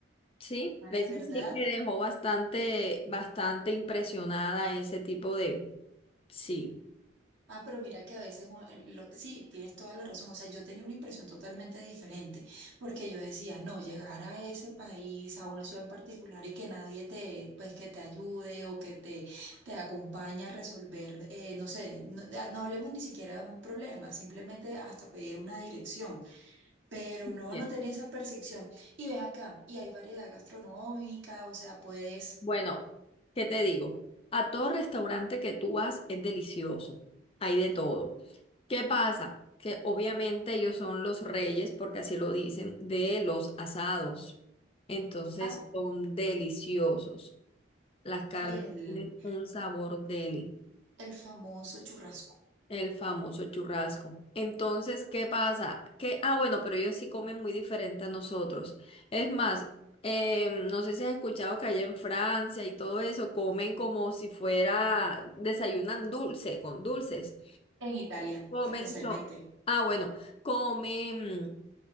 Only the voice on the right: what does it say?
Ah,
¿De verdad?
Ah, pero mira que a veces, un- lo- sí, tienes toda la razón. O sea, yo tenía una impresión totalmente diferente, porque yo decía, no, llegar a ese país, a una ciudad en particular y que nadie te, pues, que te ayude o que te, te acompañe a resolver, eh, no sé, no, ah, no hablemos ni siquiera de un problema, simplemente hasta pedir una dirección. Pero no,
no tenía esa percepción. Y ven acá, y hay variedad gastronómica, o sea, puedes...
Ah,
y el,
el famoso churrasco
en Italia,
especialmente.